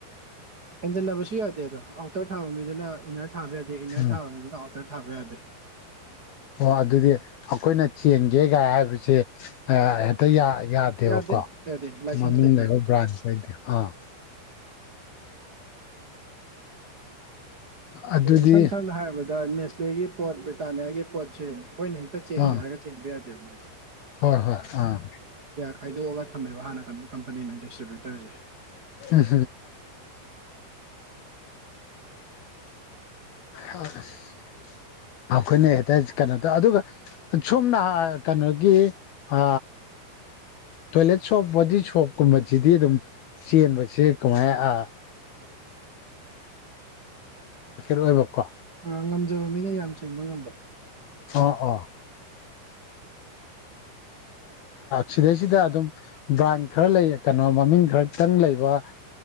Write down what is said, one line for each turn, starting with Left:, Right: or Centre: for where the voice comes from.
Right: ꯍꯦꯟꯖꯟꯅꯕꯁꯨ ꯌꯥꯗꯦ ꯑꯗꯣ ꯑꯥꯎꯇꯔ ꯊꯥꯕ ꯃꯤꯗꯨꯅ ꯏꯟꯅꯔ ꯊꯥꯕ ꯌꯥꯗꯦ ꯏꯟꯅꯔ
Left: ꯎꯝ
Right: ꯊꯥꯕ ꯃꯤꯗꯨꯅ ꯑꯥꯎ ꯠꯇ ꯊꯥꯕꯦꯗ
Left: ꯑꯣ ꯑꯗꯨꯗꯤ ꯑꯩꯈꯣꯏꯅ ꯆꯦꯟꯒꯦꯒꯥꯏ ꯍꯥꯏꯕꯁꯦ ꯑꯝꯇ ꯌꯥꯗꯦꯕꯀꯣ
Right: ꯌꯥꯗꯦ ꯌꯥꯗꯦ ꯂꯥꯏꯁꯦꯟꯁ
Left: ꯃꯃꯤꯡ
Right: ꯂꯩ
Left: ꯂꯩꯕ
Right: ꯃꯣꯏꯒꯤ
Left: ꯕ꯭ꯔꯥꯟꯁꯤꯩꯗꯤ ꯑꯥ ꯎꯝ ꯑꯗꯨꯗꯤ
Right: ꯏꯁꯥꯟ ꯁꯥꯟ ꯍꯥꯏ ꯗ ꯅꯦꯁꯂꯦꯒꯤ ꯄꯣꯠ ꯕ꯭ꯔꯤꯇꯥꯅꯤꯌꯥꯒꯤ ꯄꯣꯠꯁꯦ ꯑꯩꯈꯣꯏꯅ ꯍꯦꯛꯇ ꯆꯦꯟꯒꯦ
Left: ꯑꯥ
Right: ꯍꯥꯏꯔꯒ ꯆꯦꯟꯕ ꯌꯥꯗꯦꯕ ꯃꯣꯏꯗꯤ
Left: ꯍꯣꯏ ꯍꯣꯏ ꯑꯥ
Right: ꯈꯥꯏꯗꯣꯛꯒ ꯊꯝꯃꯦꯕ ꯍꯥꯟꯅ ꯀꯣ ꯀꯝꯄꯅꯤꯅ ꯗꯤꯁꯇ꯭ꯔꯤꯕ꯭ꯌꯨꯇꯔꯁꯦ
Left: ꯎꯝ ꯍꯝ <unintelligible> <unintelligible> ꯑꯩꯈꯣꯏꯅ ꯍꯦꯛꯇ ꯀꯩꯅꯣꯗ ꯑꯗꯨꯒ ꯁꯣꯝꯅ ꯀꯩꯅꯣꯒꯤ ꯑ ꯇꯣꯏꯂꯦꯠ ꯁꯣꯞ ꯕꯣꯗꯤ ꯁꯣꯞꯀꯨꯝꯕꯁꯤꯗꯤ ꯑꯗꯨꯝ ꯆꯦꯟꯕꯕꯁꯤꯦ ꯀꯃꯥꯏ ꯑꯥ ꯑꯣꯏꯕꯀꯣ
Right: ꯑ ꯉꯝꯖꯕ ꯃꯤꯅ ꯌꯥꯝ ꯁꯦꯡꯕ ꯉꯝꯕ
Left: ꯑꯥ ꯑ ꯁꯤꯗꯩꯁꯤꯗ ꯑꯗꯨꯝ ꯕ꯭ꯔꯥꯟ ꯈꯔ ꯂꯩꯌꯦ ꯀꯩꯅꯣ ꯃꯃꯤꯡ ꯈꯔꯛꯇꯪ ꯂꯩꯕ